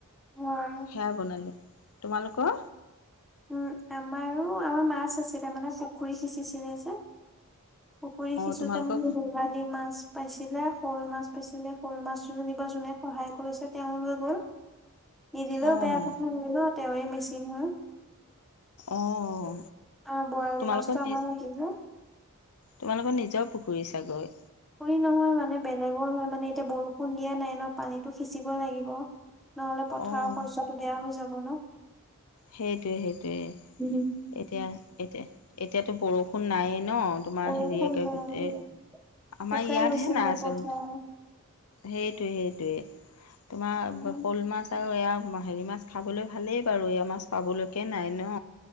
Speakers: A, in the centre; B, on the left (about 80°).
A: হয়।
B: সেয়া বনালোঁ, তোমালোকৰ?
A: উম, আমাৰো, আমাৰ মাছ আছিলে মানে পুখুৰী সিঁচিছিলে যে। পুখুৰী
B: অঁ
A: সিঁচোতে
B: তোমালোকৰ
A: মানে বৰালি মাছ পাইছিলে শ'ল মাছ পাইছিলে শ'ল মাছ যেনিবা যোনে সহায় কৰিছে তেওঁও লৈ গ'ল। নিদিলেও
B: অঁ
A: বেয়া কথা হ'ল ন তেৱেঁই মেচিন হ'ল।
B: অঁ
A: অ, বৰালি
B: তোমালোকৰ
A: মাছতটো
B: নিজ
A: আমাৰ ৰাখিলে।
B: তোমালোকৰ নিজৰ পুখুৰী চাগৈ।
A: খুৰি নহয় মানে বেলেগৰ হয় মানে এতিয়া বৰষুণ দিয়া নাই ন পানীতটো সিচিব লাগিব। নহলে পথাৰৰ
B: অঁ
A: শস্যটো বেয়া হৈ যাব ন।
B: সেইটোৱে সেইটোৱে,
A: উম,
B: এতিয়া, এতিয়া, এতিয়াতো বৰষুণ নায়েই ন। তোমাৰ
A: বৰষুণ
B: হেৰিয়েকে
A: নাই।
B: গোটেই, আমাৰ
A: শুকাই
B: ইয়াতহে
A: গৈছে
B: নাই
A: মানে
B: আচলতে।
A: পথাৰ
B: সেইটোৱে, সেইটোৱে, তোমাৰ
A: উম,
B: শ'ল মাছ আৰু এয়া হেৰি মাছ খাবলৈ ভালেই বাৰু এয়া মাছ পাবলৈকে নাই ন।